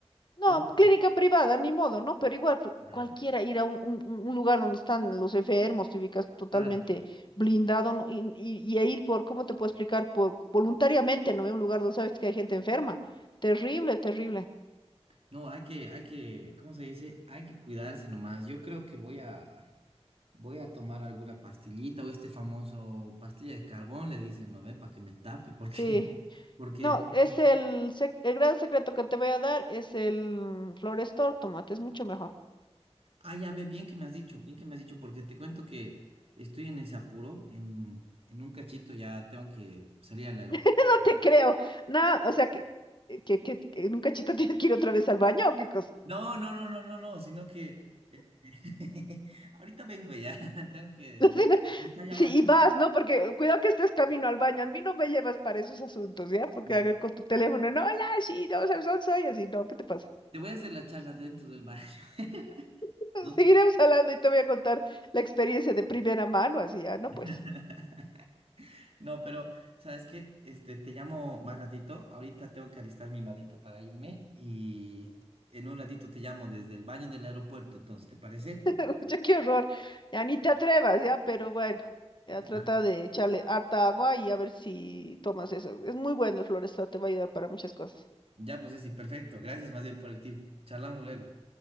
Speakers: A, on the left (about 45°); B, on the right (about 60°).
A: No,
B: pobre...
A: clínica privada, ni modo, ¿no? Pero igual, pu-
B: Ah,
A: cualquiera
B: ya.
A: ir a un, un- un- lugar donde están los enfermos, te ubicas totalmente
B: Claro,
A: blindado, ¿no? Y, y- y a ir por, ¿cómo te puedo explicar? Por voluntariamente, ¿no? Ve un lugar donde sabes que hay gente enferma. Terrible, terrible.
B: no, hay que, hay que, ¿cómo se dice? Hay que cuidarse nomás. Yo creo que voy a... Voy a tomar alguna pastillita o este famoso pastilla de carbón, le dicen, ¿no ve? Para que me tape, porque,
A: Sí.
B: <laughs> porque,
A: No, es
B: Sí.
A: el, sec- el gran secreto que te voy a dar, es el Florestor, tómate, es mucho mejor. <laughs>
B: ah, ya ve, bien que me has dicho, bien que me has dicho, porque te cuento que estoy en ese apuro, en, en un cachito ya tengo que salir al aeropuerto.
A: No te creo. No, o sea que, que, que, que en un cachito <laughs> tienes que ir otra vez al baño o qué cosa.
B: No, no, no, no, no, no, sino que eh, <laughs> ahorita vengo ya, <laughs> tengo que,
A: <laughs>
B: me, me está llamando.
A: Sí, y vas, ¿no? Porque cuidado que estés camino al baño. A mí no me llevas para esos asuntos, ¿ya? Porque
B: Y
A: haga con tu teléfono, no, hola, sí, no, sabes dónde soy, así, no, ¿qué te pasa?
B: te voy a hacer la charla dentro del baño. <laughs>
A: <laughs>
B: No,
A: Seguiremos hablando y te voy a contar la experiencia de primera mano, así, ya, no,
B: <laughs>
A: pues,
B: No, pero ¿sabes que Este, te llamo más ratito. Ahorita tengo que alistar mi maleta para irme y en un ratito te llamo desde el baño del aeropuerto. Entonces, ¿te parece?
A: <laughs> ya qué horror, ya ni te atrevas, ¿ya? Pero bueno, ya
B: Ya,
A: trata de echarle harta agua y a ver si tomas eso. Es muy bueno el Florestal, te va a ayudar para muchas cosas.
B: Ya, pues sí, perfecto. Gracias más bien por el tip. Charlamos luego.